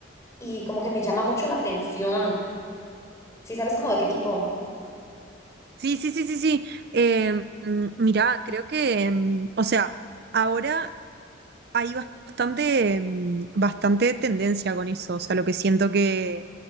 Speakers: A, on the left; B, on the right.
A: y como que me llama mucho la atención. Sí, ¿sabes como de qué tipo?
B: Sí, sí, sí, sí, sí. Eh, mm, mirá, creo que, mm, o sea, ahora hay bastante, mm, bastante tendencia con eso. O sea, lo que siento que,